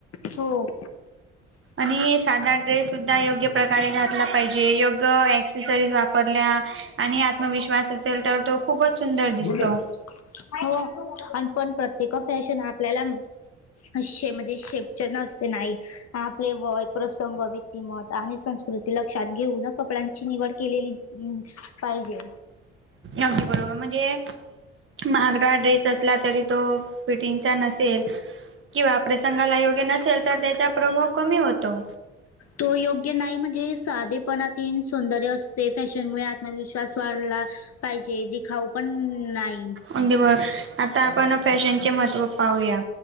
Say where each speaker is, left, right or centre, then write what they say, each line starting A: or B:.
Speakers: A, on the left; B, on the right.
A: हो
B: आणि साधा ड्रेस सुद्धा योग्य प्रकारे घातला पाहिजे योग्य एक्स एक्सरीज वापरल्या आणि आत्मविश्वास असेल तर तो खूपच सुंदर दिसतो.
A: नाही. हो आणि पण प्रत्येक फॅशन आपल्याला शे म्हणजे शेपच न असते नाही. आपले वय प्रसंग व्यक्तिमत आणि सं कृती लक्षात घेऊ ना कपड्यांची निवड केलेली पाहिजे
B: अगदी बरोबर म्हणजे महागडा ड्रेस अस तरी तो फिटिंगचा नसेल किंवा प्रसंगाला योग्य नसेल तर त्याचा प्रभाव कमी होतो.
A: तो योग्य नाही म्हणजे साधेपणात ही सौंदर्य असते फॅशनमुळे विश्वास वाढला पाहिजे दिखाऊ पण नाही.
B: अगदी बरो आता आपण फॅशनचे महत्त्व पाहूया